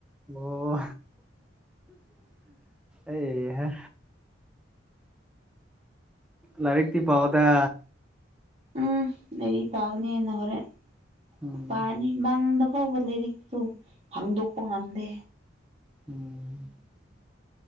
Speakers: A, in the centre; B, on the right.
A: ꯑꯣ ꯑꯦꯍ ꯂꯥꯏꯔꯤꯛꯛꯇꯛꯇꯤ ꯄꯥꯎꯗ
B: ꯎꯝ ꯂꯩꯔꯤ ꯄꯥꯒꯅꯤꯅ ꯍꯣꯔꯦꯟ
A: ꯎꯝ
B: ꯄꯥꯅꯤ ꯃꯥꯡꯗ ꯑꯐꯕ ꯂꯥꯏꯔꯤꯛꯇꯛꯇꯨ ꯍꯥꯡꯗꯣꯛꯄ ꯉꯝꯗꯦ
A: ꯎꯝ